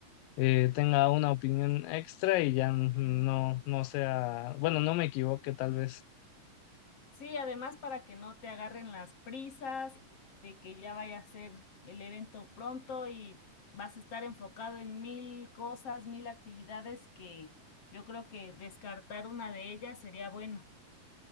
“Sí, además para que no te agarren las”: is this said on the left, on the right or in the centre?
Left